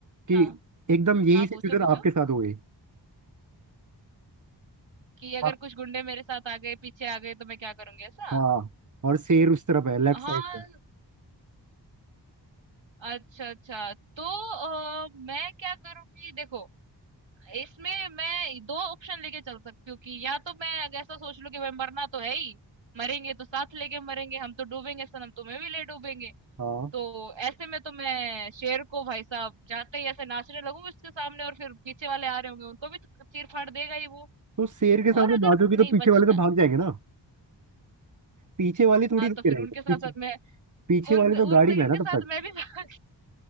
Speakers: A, on the right; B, on the right.
A: कि
B: हाँ
A: एकदम यही
B: हाँ
A: सिचुएशन
B: पूछो पूछो
A: आपके साथ हो गई
B: कि अगर
A: हाँ
B: कुछ गुंडे मेरे साथ आ गए पीछे आ गए तो मैं क्या करूंगी ऐसा
A: हाँ, और शेर उस तरफ है लेफ्ट साइड
B: हाँ
A: पे
B: अच्छा, अच्छा। तो अ, मैं क्या करूँगी देखो इसमें मैं 2 ऑप्शन लेके चल सकती हूँ कि या तो मैं अगर ऐसा सोच लूँ कि भाई मरना तो है ही, मरेंगे तो साथ लेके मरेंगे, हम तो डूबेंगे सनम तुम्हें भी ले डूबेंगे।
A: हाँ
B: तो ऐसे में तो मैं शेर को भाई साहब जाते ही ऐसे नाचने लगूंगी उसके सामने और फिर पीछे वाले आ रहे होंगे उनको भी तो चीर-फाड़ देगा ही वो।
A: तो शेर के सामने
B: और अगर
A: नाचोगी तो
B: नहीं
A: पीछे
B: बचना
A: वाले तो भाग जाएंगे ना पीछे वाले थोड़ी
B: हाँ,
A: रुके
B: तो फिर
A: रहेंगे
B: उनके साथ-साथ
A: पीछे
B: मैं
A: पीछे
B: उन
A: वाले तो
B: उन
A: गाड़ी में
B: उनके
A: है ना
B: साथ
A: तब तक
B: मैं भी <laughs> भाग